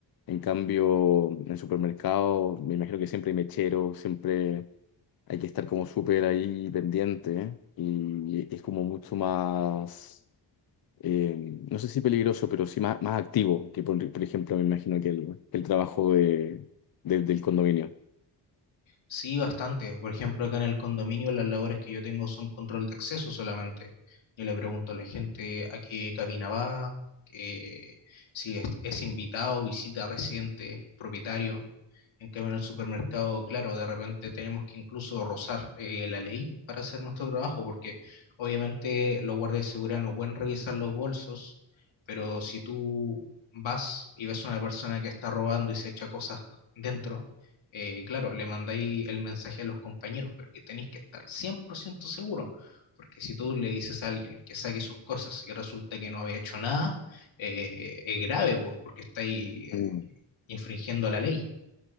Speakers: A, on the left; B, on the left.
A: En cambio, en el supermercado me imagino que siempre hay mechero, siempre hay que estar como súper ahí pendiente, ¿eh? Y es como mucho más, eh, no sé si peligroso, pero sí más, más activo que, por, por ejemplo, me imagino que el, que el trabajo de, de- del condominio.
B: Sí, bastante. Por ejemplo, acá en el condominio las labores que yo tengo son control de acceso solamente. Yo le pregunto a la gente a qué cabina va, eh, si es, es invitado, visita, residente, propietario. En cambio, en el supermercado, claro, de repente tenemos que incluso rozar eh, la ley para hacer nuestro trabajo, porque obviamente los guardias de seguridad no pueden revisar los bolsos, pero si tú vas y ves a una persona que está robando y se echa cosas dentro, eh, claro, le mandáis el mensaje a los compañeros, pero que tenéis que estar 100% seguro, porque si tú le dices a alguien que saque sus cosas y resulta que no había hecho nada, eh, es grave, pues, porque estáis eh,
A: Mm.
B: infringiendo la ley.